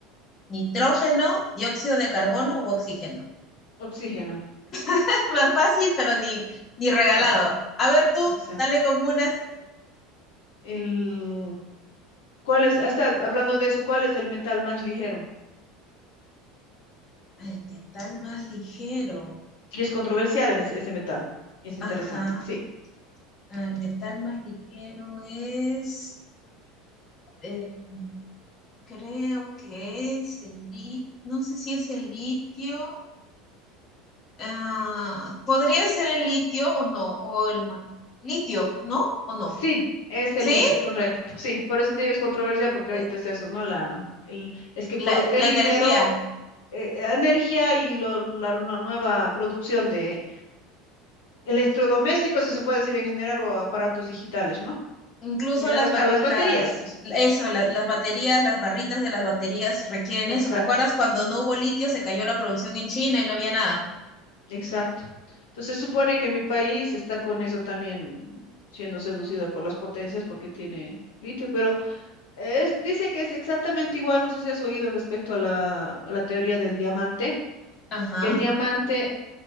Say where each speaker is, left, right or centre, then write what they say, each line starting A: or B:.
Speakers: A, on the left; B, on the left.
A: ¿Nitrógeno, dióxido de carbono u oxígeno?
B: oxígeno,
A: <laughs> Más fácil, pero ni, ni regalado.
B: claro,
A: A ver tú,
B: exacto.
A: dale con unas.
B: El, ¿cuál es? Ahí está, hablando de eso, ¿cuál es el metal más ligero?
A: El metal más ligero.
B: Y es controversial en ese, ese metal, y es interesante.
A: Ajá,
B: Sí,
A: ah, el metal más ligero es, eh, creo que es el litio, no sé si es el litio. Ah, ¿podría ser el litio o no? O el ma- litio, ¿no? ¿O no?
B: sí, es
A: ¿Sí?
B: el litio, correcto. Sí, por eso te digo es controversial, porque
A: Eh,
B: ahorita es eso, ¿no? La, el, es que
A: La,
B: por lo que
A: la
B: es ligero,
A: energía,
B: eh, eh, energía y lo- la, la nueva producción de electrodomésticos, si se puede decir en general, o aparatos digitales, ¿no?
A: incluso
B: Y además
A: las, ba-
B: para las
A: las,
B: baterías, pues.
A: eso, la- las baterías, las barritas de las baterías requieren
B: Exacto,
A: eso. ¿Recuerdas cuando no hubo litio, se cayó la producción en China y no había nada?
B: exacto. Entonces supone que mi país está con eso también siendo seducido por las potencias porque tiene litio, pero es, dice que es exactamente igual, no sé si has oído respecto a la, a la teoría del diamante,
A: Ajá.
B: que el diamante